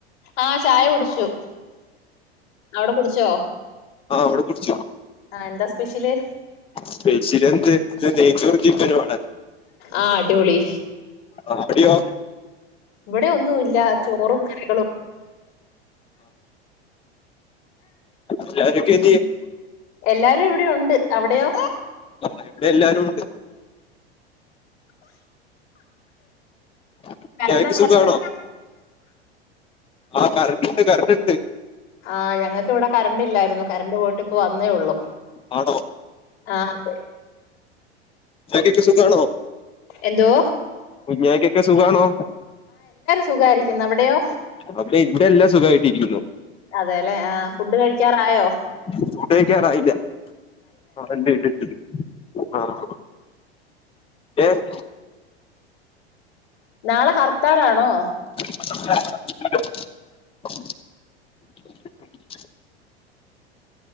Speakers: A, on the left; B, on the left.
A: ആ ചായ കുടിച്ചു അവട കുടിച്ചോ?
B: ആ അവടെ കുടിച്ചു.
A: ആ എന്താ സ്പെഷ്യല്?
B: സ്പെഷ്യൽ എന്ത് നെയ്ച്ചോറും ചിക്കനുവാ ആടെ.
A: ആഹ് അടിപൊളി
B: അവിടെയോ
A: ഇവിടെ ഒന്നും ഇല്ല ചോറും കറികളും.
B: എല്ലാരുക്കെ എന്തിയെ?
A: എല്ലാരും ഇവിടെ ഒണ്ട് അവിടെയോ?
B: ആഹ് ഇവിടെ എല്ലാരും ഒണ്ട്. <unintelligible>
A: കറണ്ട് ഉണ്ടോ
B: സുഖാണോ
A: അവിടെ
B: ആ കറണ്ട്‌ ഇണ്ട് കറണ്ട് ഇണ്ട്. <unintelligible>
A: ആഹ് ഞങ്ങക്ക് ഇവിടെ കറണ്ട് ഇല്ലായിരുന്നു കറണ്ട് പോയിട്ട് ഇപ്പ വന്നേ ഉള്ളു.
B: ആണോ
A: ആഹ്
B: ചക്കിക്ക് സുഖാണോ?
A: എന്തോ?
B: കുഞ്ഞാവക്കൊക്കെ സുഖാണോ?
A: സുഖാരിക്കുന്നു അവിടെയോ?
B: അവിടെ ഇവിടെല്ലാം സുഖാ യിട്ടിരിക്കുന്നു.
A: അതേല്ലെ ആഹ് ഫുഡ് കഴിക്കാറായോ
B: ഫുഡ്‌ കഴിക്കാറായില്ല. ആഹ് ഇണ്ട് ഇണ്ട് ഇണ്ട് ആഹ് ഏഹ്
A: നാളെ ഹർത്താലാണോ?
B: <unintelligible>